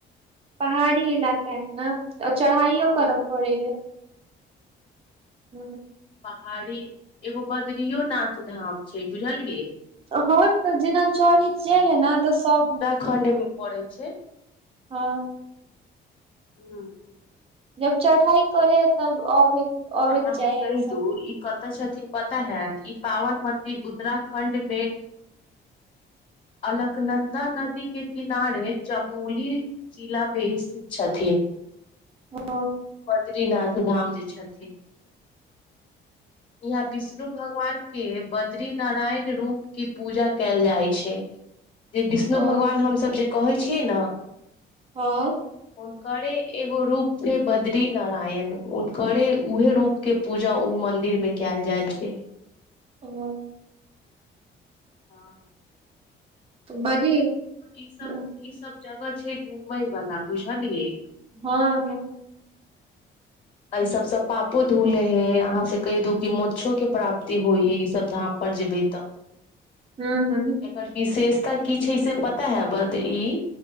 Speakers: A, on the right; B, on the left.
A: पहाड़ी इलाका हई नऽ आ चढ़ाइयो
B: हँ
A: करऽ पड़े यऽ हुँ
B: पहाड़ी एगो बदरिओनाथ धाम छै बुझलियै
A: ह तऽ जेना चाहि जाय लऽ नऽ तऽ सब
B: खण्डे मे पड़ैत छै
A: हँ
B: हुँ
A: जब चढ़ाई करै यऽ तब अबैत अबैत
B: अहाँ सब
A: जाय हई
B: कहि
A: ई सब
B: दू
A: धाम
B: ई कतऽ छथिन पता हैय ई पावन मदिर उत्तराखंड मे अलकनन्दा नदी केँ किनारे चमोली जिलामे स्थित छथिन
A: हँ
B: बद्रीनाथ धाम जे छथिन यहाँ विष्णु भगवान केँ बद्री नारायण रूप की पूजा कैल जाय छै जे विष्णु
A: ओ
B: भगवान हमसभ जे कहै छियै नऽ
A: हँ
B: हुनकरे एगो रूप छै ब द्री नारायण हुनकरे उहे रूप केँ पूजा उ मंदिर मे कैल जाय छै
A: ओ हो
B: हँ
A: तऽ बड़ी
B: ई सब
A: हँ
B: ई सब जगह छै घुमय वला बुझलियै
A: हँ हँ
B: एहि सब सँ पापो धुले हइ अहाँ से कइ दूखी मछो केँ प्रा प्ती होइ - हई ई सब धाम पर जेबै तऽ
A: हुँ हुँ
B: एकर विशेषता की छै से पता है बद ई